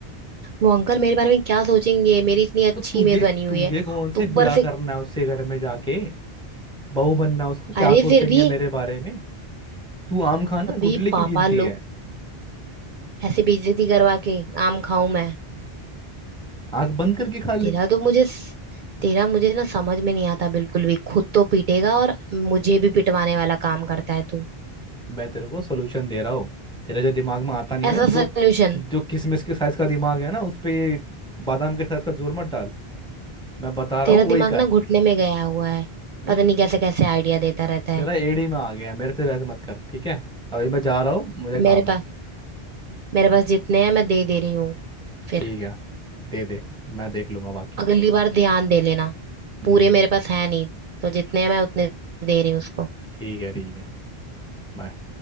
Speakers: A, on the right; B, in the centre.
A: वो अंकल मेरे बारे में क्या सोचेंगे मेरी इतनी अच्छी
B: तो तुझे
A: इमेज बनी हुई
B: तुझे
A: है
B: कौन से
A: तो ऊपर
B: ब्याह करना
A: से
B: है उसके घर में जाके बहू बनना है उसका क्या
A: अरे
B: सोचेंगे
A: फिर भी
B: मेरे बारे में तू आम खाना
A: अभी
B: गुटली क्यों
A: पापा
B: गिनती
A: लोग
B: है
A: ऐसे बेइज्जती करवा के आम खाऊं मैं
B: आंख बंद करके खा
A: तेरा
B: ले
A: तो मुझे तेरा मुझे ना समझ में नहीं आता बिल्कुल भी खुद तो पीटेगा और मुझे भी पिटवाने वाला काम करता है तू
B: मैं तेरे को सोल्यूशन दे रहा हूँ तेरे जो दिमाग में आता नहीं है
A: ऐसा
B: ना दो
A: सोल्यूशन
B: जो किशमिश के साइज का दिमाग है ना उस पे ये बादाम के साइज का जोर मत डाल मैं बता रहा
A: तेरा
B: हूँ वही
A: दिमाग
B: कर
A: ना घुटने में गया हुआ है
B: हम्म
A: पता नहीं कैसे कैसे आइडिया देता रहता
B: तेरा
A: है
B: एड़ी में आ गया मेरे से वैसे मत कर ठीक है अभी मैं जा रहा हूँ मुझे काम
A: मेरे
B: है
A: पास मेरे पास जितने हैं मैं दे दे रही हूँ फिर
B: ठीक है दे दे मैं देख लूंगा बाकी
A: अगली बार ध्यान दे लेना
B: हम्म
A: पूरे मेरे पास है नहीं तो जितने हैं मैं उतने दे रही हूँ उसको
B: ठीक है ठीक है बाय